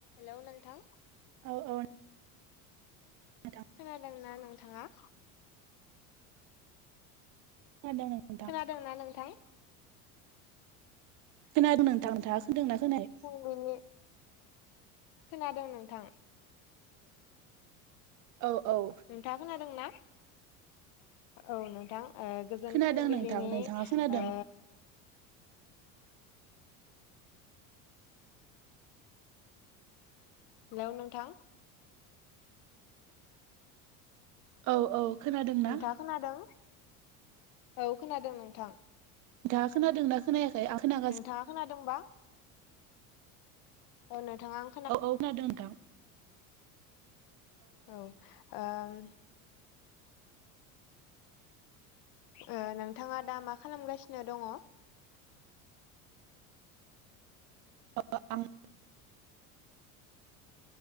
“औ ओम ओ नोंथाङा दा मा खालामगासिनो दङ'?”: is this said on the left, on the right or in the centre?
Left